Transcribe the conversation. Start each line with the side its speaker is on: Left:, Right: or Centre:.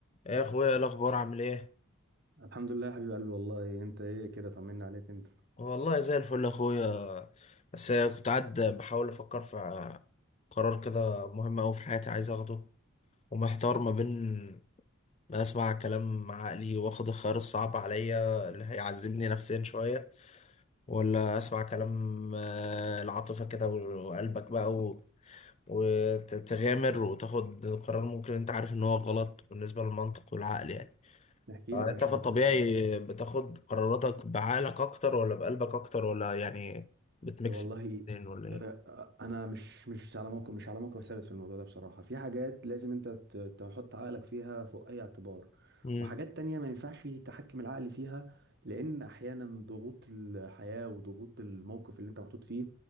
Left: يا اخويا إيه الاخبار عامل ايه
Right: الحمد لله يا حبيب قلبي والله انت ايه كده طمنا عليك انت
Left: والله زي الفل يا اخويا بس كنت قاعد بحاول افكر في قرار كده مهم اوي في حياتي عايز اخده ومحتار ما بين ما اسمع كلام عقلي واخد الخيار الصعب عليا اللي هيعذبني نفسيا شويه ولا اسمع كلام آه، العاطفه كده و- وقلبك بقى و... وتغامر وتاخد قرار ممكن انت عارف ان هو غلط بالنسبه للمنطق والعقل يعني
Right: احكي
Left: آه،
Right: لي يا باشا
Left: انت في
Right: ممكن
Left: الطبيعي
Right: اساعدك
Left: بتاخد قراراتك بعقلك اكتر ولا بقلبك اكتر ولا يعني بتميكس
Right: والله
Left: الاتنين ولا ايه
Right: آه، آه، انا مش مش على موقف مش على موقف ثابت في الموضوع ده بصراحه في حاجات لازم انت ت- تحط عقلك فيها فوق اي اعتبار
Left: مم.
Right: وحاجات تانية ما ينفعش تحكم العقل فيها لان احيانا ضغوط الحياه وضغوط الموقف اللي انت محطوط فيه